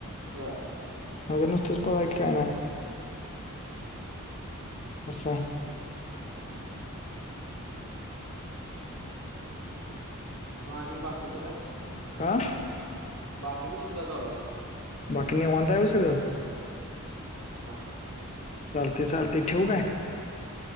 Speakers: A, on the right (about 60°); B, on the left (about 30°).
A: होय.
B: नायत नुसतच पाळायला काय नाय असय
A: हा हा म आणि बाकीचं काय?
B: का
A: बाकीचं कसं काय चालू हाय
B: बाकी निवांत हाय बघ संगळ
A: हा हा
B: चालतय चालतय ठेवू काय?